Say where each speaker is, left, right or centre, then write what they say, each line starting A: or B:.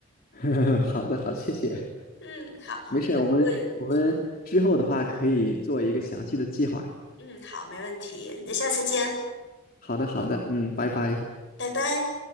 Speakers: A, on the left (about 45°); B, on the left (about 65°).
A: <laughs> 好的，好，谢谢，
B: 嗯，好，
A: 没事儿我们我们之后的话可以做一个详细的计划。
B: 我就有，嗯，好，没问题，那下次见，
A: 好的，好的，嗯，拜拜。
B: 拜拜。